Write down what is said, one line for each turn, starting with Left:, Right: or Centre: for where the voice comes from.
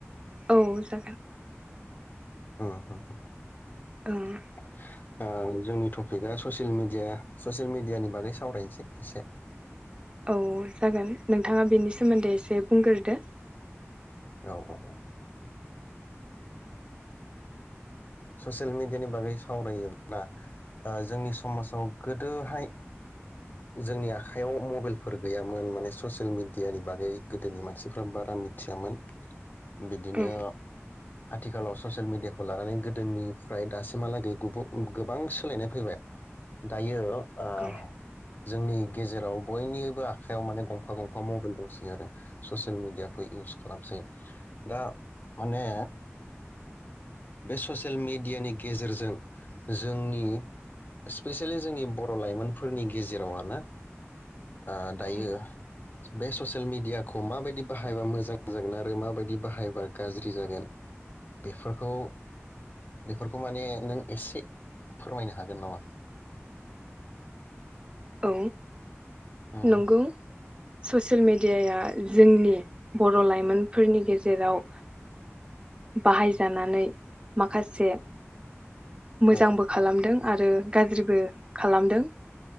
Right: औ जागोन।
Left: आ हा
Right: औ
Left: <inaudible> आं जोंनि टपिकआ ससियेल मिडिया ससियेल मिडियानि बागै सावरायनोसै एसे।
Right: औ जागोन नोंथाङा बेनि सोमोन्दै एसे बुंग्रोदो।
Left: औ औ। ससियेल मिडियानि बागै सावरायोब्ला ओ जोंनि समाजाव गोदोहाय जोंनि आखाइयाव मबाइलफोर गैयामोन माने ससियेल मिडियानि बागै गोदोनि मानसिफ्रा बारा मिथियामोन। बिदिनो
Right: औ
Left: थिखालाव ससियेल मिडियाखौ लानानै गो दोनिफ्राय दासिमहालागै गुबु गोबां सोलायनाय फैबाय दायो ओ
Right: औ
Left: जोंनि गेजेराव बयनिबो आखाइयाव माने गंफा गंफा मबाइल दंसै आरो ससियेल मिडियाखौ इउस खालामसै दा माने बे ससियेल मेडियानि गेजेरजों जोंनि स्पेसियेलि जोंनि बर' लाइमोनफोरनि गेजेराव आरोना ओ दायो
Right: औ
Left: बे ससियेल मिडियाखौ माबायदि बाहायबा मोजां जागोन आरो माबायदि बाहायबा गाज्रि जागोन बेफोरखौ बेफोरखौ माने नों एसे फोरमायनो हागोन नामा?
Right: औ।
Left: उम
Right: नंगौ। ससियेल मेडियाया जोंनि बर' लाइमोनफोरनि गेजेराव बाहायजानानै माखासे मोजांबो
Left: औ
Right: खालामदों। आरो गाज्रिबो खालामदों।